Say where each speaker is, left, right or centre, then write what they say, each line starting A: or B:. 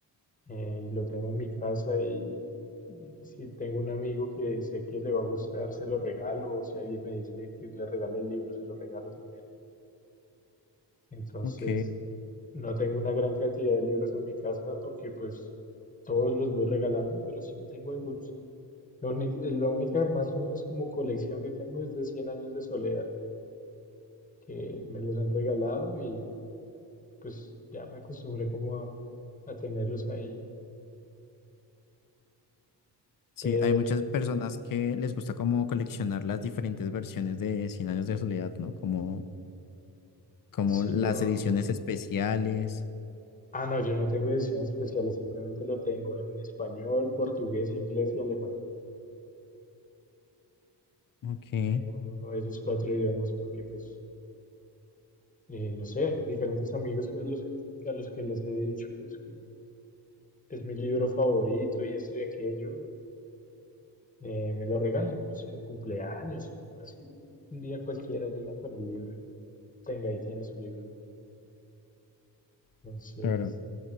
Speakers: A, on the left (about 20°); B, on the left (about 50°).
A: eh, y lo tengo en mi casa y, y si tengo un amigo que sé que le va a gustar, se lo regalo o si alguien me dice que le regale el libro, se lo regalo también. Entonces,
B: Ok.
A: no tengo una gran cantidad de libros en mi casa porque pues todos los voy regalando, pero sí tengo algunos. La única, la única más o menos como colección que tengo es de cien años de soledad. que me los han regalado y pues ya me acostumbré como a, a tenerlos ahí.
B: Sí,
A: Pero
B: hay muchas personas que les gusta como coleccionar las diferentes versiones de Cien años de soledad, ¿no? Como como
A: si
B: las
A: yo...
B: ediciones especiales.
A: Ah, no, yo no tengo ediciones especiales, simplemente lo tengo en español, portugués, inglés y alemán.
B: Ok,
A: Tengo esos cuatro idiomas porque pues, eh, no sé, diferentes amigos a los, a los que les he dicho pues que es mi libro favorito y esto y aquello, eh, me lo regalan, no sé, cumpleaños o así, un día cualquiera llegan con el libro y tenga, ahí tiene su libro. Entonces,
B: claro.